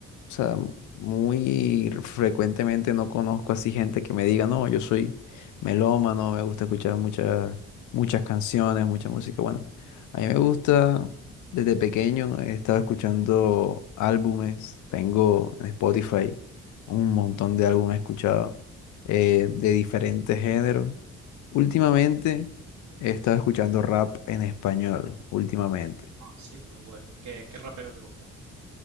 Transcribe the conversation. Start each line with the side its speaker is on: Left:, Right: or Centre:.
Left: sea, muy frecuentemente no conozco así gente que me diga, no, yo soy melómano, me gusta escuchar muchas, muchas canciones, mucha música. Bueno, a mí me gusta, desde pequeño he estado escuchando álbumes, tengo en Spotify un montón de álbumes escuchados eh, de diferentes géneros. Últimamente he estado escuchando rap en español, últimamente.
Right: Ah, sí, muy bueno. ¿Qué, qué rapero te gusta?